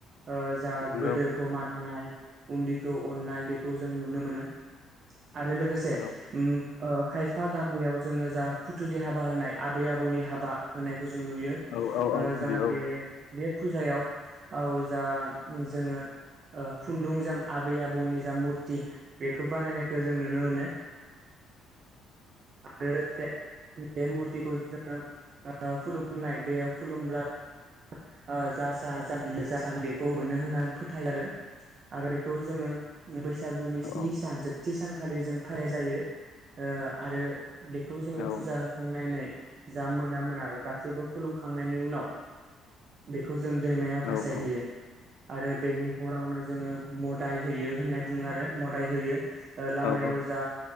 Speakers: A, on the right; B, on the left.
A: ओ जा
B: नंगौ
A: गोदोरखौ मान होनाय उन्दैखौ अन्नाय बेखौ जों नुनो मोनो। आरो लोगोसे
B: नंगौ
A: उम ओ खायफा गामियाव जोंङो जा फुथुलि हाबा होनाय आबै आबौनि हाबा होनाय खौ जों नुयो।
B: औ औ
A: ओ
B: औ
A: जा
B: नंगौ
A: बे बे फुजायाव औ जा जोंङो ओ खुन्दुंजों आबै आबौनि जा मुरथि बेखौ बानायनायखौ जों नुनो मोनो आरो लोगोसे बे मुरथिखौ जोंङो खुलुमनाय बेयाव खुलुमब्ला ओ <unintelligible> बेखौ मोनो होननानै फोथायो आरो आरो बेखौ जोङो बैसाग सागुनि
B: औ
A: स्नि
B: औ
A: सान जोबथि सानखालि जों <unintelligible> जायो ओ आरो बेखौ
B: औ
A: जोंङो फुजा होखांनानै जा मोना मोना गासैबो खुलुमखांनायनि उनाव बेख खौ जों दैमायाव फासायहैयो।
B: औ औ
A: आरो बेनि हरावनो जोंङो मदाय होयो होनना बुंङो आरो मदाय होयो। लामायाव
B: औ औ
A: जा